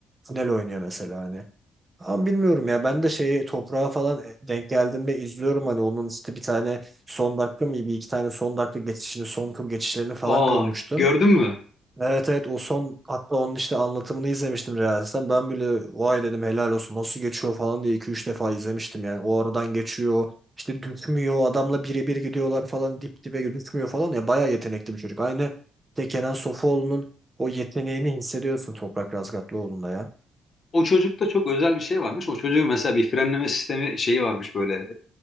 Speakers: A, on the right; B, on the left.
A: Final oynuyor mesela hani. Ama bilmiyorum ya ben de şeyi toprağa falan e, denk geldiğimde izliyorum hani onun işte bir tane son dakika mı bir iki tane son dakika geçişini son tur geçişlerini falan
B: Aa
A: görmüştüm.
B: gördün mü?
A: Evet evet o son hatta onun işte anlatımını izlemiştim Reels'ten. Ben bile vay dedim helal olsun nasıl geçiyor falan diye iki üç defa izlemiştim yani. O aradan geçiyor işte düşmüyor adamla birebir gidiyorlar falan dip dibe düşmüyor falan ya bayağı yetenekli bir çocuk. Aynı işte Kenan Sofuoğlu'nun o yeteneğini hissediyorsun Toprak Razgatlıoğlu'nda ya.
B: O çocukta çok özel bir şey varmış. O çocuğun mesela bir frenleme sistemi şeyi varmış böyle